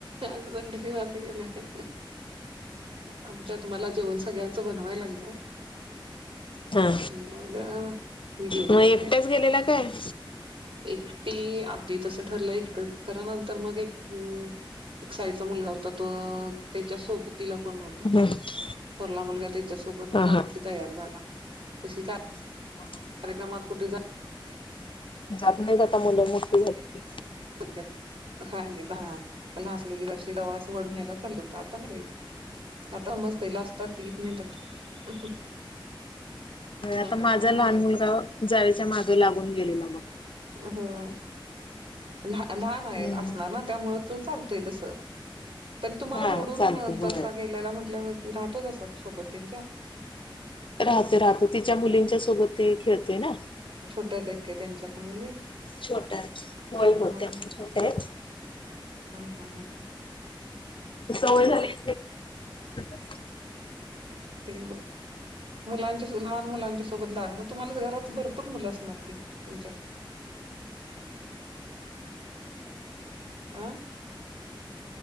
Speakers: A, on the right (about 85°); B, on the left (about 70°).
A: आज संडे निवांत गेलाय. आमच्यात तुम्हाला जेवण सगळ्यांचं बनवाय लागलं <unintelligible>
B: हा
A: ला मी गेले
B: मग एकट्याच
A: होते
B: गेलेला काय
A: एकटी आधी तसं ठरलं एकटं करा नंतर मग एक हम्म एक साईडचा मुलगा हो होता तो त्याच्या सोबतीला कोण होत
B: हा
A: मग थोरला मुलगा त्याच्या सोबत मग आणखी
B: हा
A: तयार झाला तस काय
B: <unintelligible>
A: कार्यक्रमात कुठ जा
B: जात नाही जाता मुलं मोठी झालीत की.
A: ली ह ल दहा असलं कीशी दवाच वडून्यायला चालत आता नाही जाईत आता मस्त लाजतात ती येत नाहीत आता. मग
B: आता माझा
A: काय
B: लहान मुलगा जावयच्या मागे लागून गेलेला बघ.
A: हम्म लहान
B: हम्म
A: असणार ना त्यामुळे तू चालतय तस त तुम्हाला
B: हा
A: सोडून
B: चालते बरोबर
A: तसा गेलेला म्हटल्यावर राहतो तसाच सोबत त्यांच्या
B: राहत राहत तिच्या मुलींच्या सोबत ते खेळतेय ना
A: छोट्याच आहेत काय त्यांच्या पण मुली
B: छोट्या आहेत होय-होय
A: हा
B: त्या पण छोट्या आहेत.
A: हा-हा ह.
B: सवय झाली <unintelligible>
A: तेव. मुलांच्या लहान मुलांच्या सोबत लहान मग तुम्हाला घरात भरपूर मुलं असणार की तुमच्या. आं?